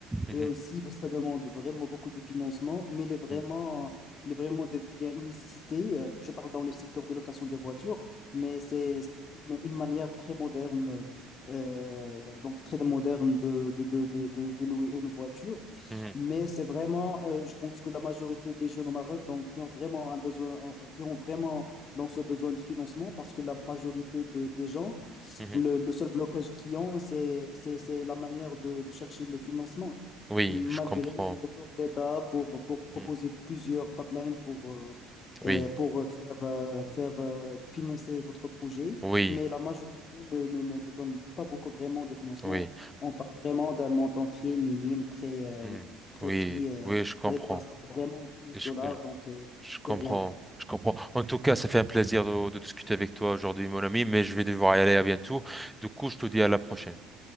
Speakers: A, in the centre; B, on the left.
A: mhm,
B: et aussi ça demande vraiment beaucoup de financement, mais il est vraiment,
A: mhm,
B: il est vraiment devient une nécessité. Euh, je parle dans le secteur de location de voitures, mais c'est c'est une, une manière très moderne, euh, donc très moderne de, de, de, de, de de louer une voiture.
A: mhm,
B: Mais c'est vraiment, euh, je pense que la majorité des jeunes au Maroc, donc, ils ont vraiment un besoin, ils ont vraiment dans ce besoin de financement parce que la majorité des, des gens,
A: mhm,
B: le,
A: mhm,
B: le seul blocage qu'ils ont, c'est, c'est, c'est la manière de, de chercher le financement.
A: Oui,
B: Malgré
A: je comprends.
B: les efforts d'État pour, pour proposer
A: mhm,
B: plusieurs pipelines pour, euh, euh,
A: Oui,
B: pour faire, euh, faire euh, financer votre projet,
A: oui,
B: mais la majorité ne, ne, ne- ne donne pas beaucoup vraiment de financement.
A: oui,
B: On parle vraiment d'un montant très minime, très, euh,
A: mhm.
B: très
A: oui,
B: petit. euh,
A: oui, je comprends.
B: ça dépasse vraiment dix mille
A: Et Je,
B: dollars,
A: je-
B: donc euh,
A: je
B: c'est
A: comprends.
B: rien.
A: Je comprends. En tout cas, ça fait un plaisir de, de discuter avec toi aujourd'hui, mon ami, mais je vais devoir y aller à bientôt. Du coup, je te dis à la prochaine.